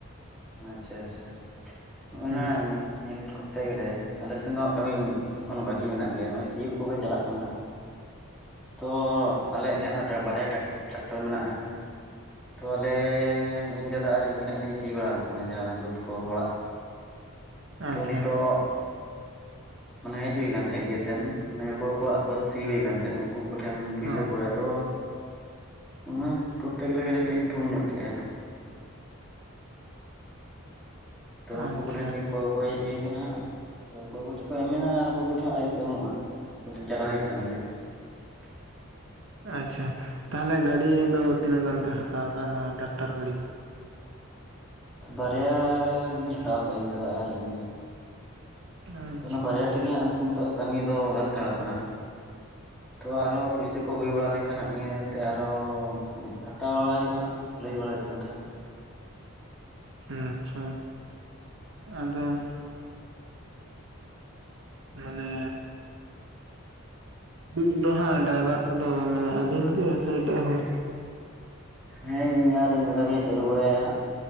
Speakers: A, in the centre; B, on the right.
A: ᱟᱪᱪᱷᱟ, ᱟᱪᱪᱷᱟ, ᱱᱚᱼᱚᱭ
B: ᱦᱩᱸ
A: ᱱᱟ ᱧᱮᱞ ᱠᱚᱨᱛᱮ ᱜᱮᱞᱮ ᱟᱞᱮ ᱥᱮᱱ ᱫᱚ ᱠᱟᱹᱢᱤ ᱮᱠᱷᱚᱱᱳ ᱵᱟᱠᱤ ᱢᱮᱱᱟᱜ ᱜᱮᱭᱟ, ᱦᱚᱼᱚᱭ ᱥᱤᱭᱳᱜ ᱠᱚᱜᱮ ᱪᱟᱞᱟᱜ ᱠᱟᱱᱟ, ᱦᱟᱸ ᱛᱚ ᱟᱞᱮᱭᱟᱜ ᱜᱮ ᱦᱟ, ᱚᱱᱟ ᱵᱟᱨᱭᱟ ᱴᱨᱟᱠᱴᱟᱨ ᱢᱮᱱᱟᱜᱼᱟ᱾ ᱛᱚ ᱟᱞᱮ ᱤᱧ ᱫᱟᱫᱟ ᱟᱨ ᱤᱧ ᱜᱮ ᱦᱟᱜ, ᱞᱤᱧ ᱥᱤ ᱵᱟᱲᱟ ᱟᱠᱚ ᱠᱟᱱᱟ ᱡᱟᱦᱟᱸ ᱵᱟᱹᱫᱽ ᱠᱚ ᱦᱚᱲᱟᱜ ᱛᱚ
B: ᱟᱪᱪᱷᱟ
A: ᱱᱤᱛᱚᱜ ᱢᱟᱱᱮ ᱦᱮᱡ ᱦᱩᱭ ᱠᱟᱱ ᱛᱟᱦᱮᱸ, ᱡᱮᱥᱮᱱ ᱢᱟᱱᱮ ᱚᱠᱚᱭ ᱠᱚᱣᱟᱜ ᱵᱟᱹᱫ ᱥᱤ ᱦᱩᱭ ᱠᱟᱱ ᱛᱟᱦᱮᱸ ᱩᱱᱠᱩ ᱠᱚᱴᱷᱮᱱ ᱯᱩᱭᱥᱟᱹ
B: ᱦᱚᱸ
A: ᱠᱚᱭ ᱛᱚ ᱚᱱᱟ ᱠᱚᱨᱛᱮ ᱜᱮᱞᱮ, ᱜᱮᱞᱮ ᱠᱟᱹᱴᱤᱡ ᱞᱤᱧ ᱯᱷᱳᱱ ᱧᱚᱜ ᱠᱮᱜᱼᱟ ᱦᱟᱸᱜ᱾ ᱛᱚ ᱩᱱᱠᱩ
B: ᱟᱪᱪᱷᱟ
A: ᱠᱚᱴᱷᱮᱱ ᱜᱮ ᱠᱚᱠᱚᱭ ᱦᱮᱡ ᱦᱩᱭ ᱠᱟᱱᱟ ᱦᱟᱸᱜ᱾ ᱛᱚ ᱚᱠᱚᱭ ᱠᱚᱪᱚ ᱠᱚ ᱮᱢ ᱢᱮᱱᱟᱜ-ᱟ, ᱟᱨ ᱚᱠᱚᱭ ᱠᱚᱪᱚᱝ ᱟᱹᱣᱨᱤ ᱠᱚ ᱮᱢᱚᱜᱼᱟ, ᱩᱱᱠᱩ ᱴᱷᱮᱱ ᱪᱟᱞᱟᱣ ᱦᱳᱭᱳᱜ ᱠᱟᱱ ᱜᱮᱭᱟ᱾ <inaudible> <inaudible>
B: ᱟᱪᱪᱷᱟ, ᱛᱟᱦᱚᱞᱮ ᱜᱟᱹᱰᱤ ᱫᱚ ᱛᱤᱱᱟᱹᱜ ᱜᱟᱱ ᱯᱮ ᱦᱟᱛᱟᱣ ᱠᱟᱜᱼᱟ, ᱱᱚᱣᱟ ᱴᱟᱠᱴᱟᱨ ᱜᱟᱹᱰᱤ ᱫᱚ??
A: ᱵᱟᱨᱭᱟ ᱜᱮᱞᱤᱧ ᱦᱟᱛᱟᱣ ᱠᱟᱜᱼᱟ, ᱤᱧ ᱫᱟᱫᱟ ᱟᱨ ᱤᱧ ᱦᱟᱸᱜ᱾
B: ᱟᱪᱪᱷᱟ
A: ᱚᱱᱟ ᱵᱟᱨᱭᱟ ᱛᱮᱜᱮ ᱦᱟᱸᱜ ᱱᱤᱛᱳᱜ ᱠᱟᱹᱢᱤ ᱫᱚ, ᱜᱟᱱᱛᱷᱟᱲᱚᱜ ᱠᱟᱱᱟ᱾ ᱛᱚ ᱟᱨᱚ ᱯᱩᱭᱥᱟᱹ ᱠᱚ ᱦᱳᱭ ᱵᱟᱲᱟ ᱞᱮᱱᱠᱷᱟᱱ, ᱦᱟᱸᱜ ᱱᱤᱭᱟᱹᱛᱮ ᱟᱨᱚ ᱦᱟᱛᱟᱣ ᱵᱟᱲᱟ ᱦᱳᱭᱳᱜᱼᱟ, ᱦᱟᱸᱜ᱾ ᱞᱟᱹᱭ ᱵᱟᱲᱟ ᱭᱮᱜ ᱠᱟᱱ ᱛᱟᱦᱮᱸᱫ᱾
B: ᱟᱪᱪᱷᱟ ᱟᱫᱚᱢ ᱢᱟᱱᱮ <unintelligible> ᱰᱟᱤᱵᱷᱟᱨ ᱠᱚᱫᱚ ᱢᱟᱱᱮ ᱟᱹᱵᱤᱱ ᱜᱮ ᱥᱮ ᱮᱴᱟᱜ ᱦᱚᱲ??
A: ᱦᱮᱸ ᱤᱧ ᱟᱨ ᱤᱧ ᱫᱟᱫᱟ ᱜᱮᱹᱞᱤᱧ ᱪᱟᱹᱞᱩ ᱵᱟᱲᱟᱭᱟ,